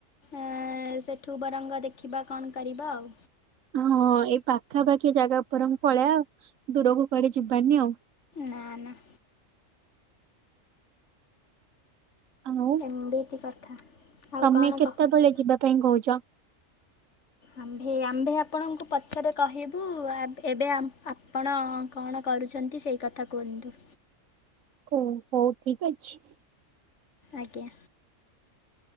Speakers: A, on the left; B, on the right.
A: ଏଁ ସେଠୁ ବରଙ୍ଗ ଦେଖିବା କଣ କରିବା ଆଉ।
B: ହଁ ଏଇ ପାଖାପାଖି ଜାଗା ଓପରଂ ପଳେଇଆ ଦୂରକୁ କୁଆଡ଼େ ଯିବାନି ଆଉ।
A: ନାଁ ନାଁ।
B: ଆଉ
A: ଉଁ ଦିତି କଥା। ଆଉ
B: ତମେ
A: କଣ
B: କେତେବେଳେ
A: କହୁଛି
B: ଯିବା ପାଇଁ କହୁଚ?
A: ଆମ୍ଭେ ଆମ୍ଭେ ଆପଣଙ୍କୁ ପଛରେ କହିବୁ ଏବ୍ ଏବେ ଆ ଆପଣ କଣ କରୁଛନ୍ତି ସେଇ କଥା କୁହନ୍ତୁ।
B: ଓ ହଉ ଠିକ୍ ଅଛି।
A: ଆଜ୍ଞା।